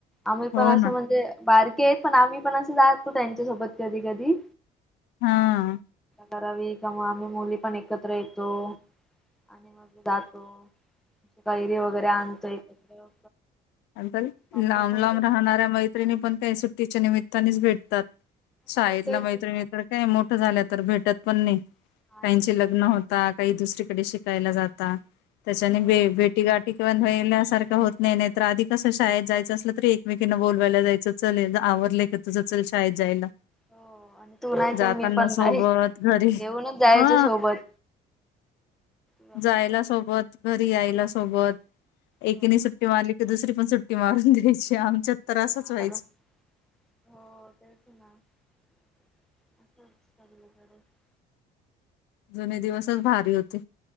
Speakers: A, in the centre; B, on the left (about 85°).
A: आम्ही
B: हो
A: पण असं
B: ना.
A: म्हणजे बारीक. ते पण आम्ही पण असं जातो त्यांच्यासोबत कधी, कधी.
B: हां.
A: करावी का म आम्ही मुली पण एकत्र येतो आणि मग जातो. कैरी वगैरे आणतो एकत्र.
B: आंकल
A: कापून
B: लांब,
A: वगैरे
B: लांब
A: खातो.
B: राहणाऱ्या मैत्रिणी पण काही सुट्टीच्या निमित्तानेच भेटतात. शाळेतला
A: हो तेच
B: मैत्रिणी तर काय मोठ झाल्या तर भेटत पण नाही
A: नाही
B: काहीची
A: भेटत.
B: लग्न हो ता, काही दुसरीकडे शिकायला जाता, त्याच्यानेे
A: हो
B: भेटी गाठी <unintelligible> तर आधी कसं शाळेत जायचं असलं तरी एकमेकीनं बोवायला जायचो चल ये आवर. ले क तुज चल शाळेत जायला.
A: हो तू नाही
B: जाताना
A: तर मी पण
B: सोबत
A: नाही
B: घरी
A: घेऊनच जायचो
B: हा
A: सोबत. बाबा
B: जायला
A: चल.
B: सोबत घरी यांयला सोबत, एकिने
A: हो
B: सुट्टी मारली की दुसरी पण सुट्टी मारून द्यायची आमच्यात. तर
A: येणार.
B: असंच व्हायचं.
A: <inaudible>
B: जुने दिवसच भारी होते,